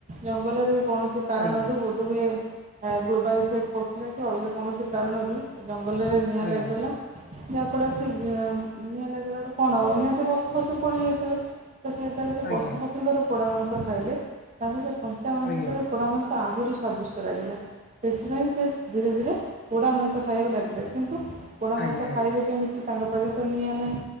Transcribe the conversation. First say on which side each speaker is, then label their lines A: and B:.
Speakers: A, on the right; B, on the left.
A: ଜଙ୍ଗଲରେ କୌଣସି କାରଣରୁ
B: ଆଜ୍ଞା
A: ହୁଏ ଗ୍ଲୋବାଲ୍ ଇଫେକ୍ଟ ପଡ଼ୁଥିଲା କି ଅଲଗା କୌଣସି କାରଣରୁ ଜଙ୍ଗଲରେ ନିଆଁ
B: ଆଜ୍ଞା
A: ଲାଗିଗଲା
B: ଆଜ୍ଞା
A: ଯାହାଫଳରେ ସେ ନିଆଁ ଲାଗିଗଲାଠୁ କଣ ହେବ ନିଆଁ ପଶୁ ପକ୍ଷୀ ପୋଡ଼ିଯାଇଥିବେ ତ ସେଇ ତାର ସେ
B: ଆଜ୍ଞା
A: ପଶୁ
B: ଆଜ୍ଞା
A: ପକ୍ଷୀଙ୍କର ପୋଡ଼ା ମାଂସ ଖାଇଲେ ତାଙ୍କୁ ସେ କଞ୍ଚା ମାଂସଠାରୁ
B: ଆଜ୍ଞା ଆଜ୍ଞା ଆଜ୍ଞା
A: ପୋଡ଼ା ମାଂସ ଆହୁରି ସ୍ଵାଦିଷ୍ଟ ଲାଗିଲା ସେଥିପାଇଁ ସେ ଧୀରେ ଧୀରେ ପୋଡ଼ା ମାଂସ ଖାଇବାକୁ ଲାଗିଲେ କିନ୍ତୁ ପୋଡ଼ା
B: ଆଜ୍ଞା
A: ମାଂସ ଖାଇବେ କେମିତି ସେ ତାଙ୍କ ପାଖରେ ତ ନିଆଁ ନାହିଁ